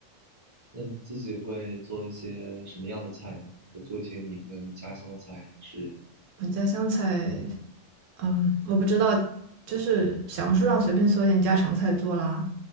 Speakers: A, on the right; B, on the right.
A: 那你自己会做一些什么样的菜呢？会做一些你们家乡的菜，还是？
B: 我家乡菜，嗯，我不知道，就是小红书上随便搜一点家常菜做啦。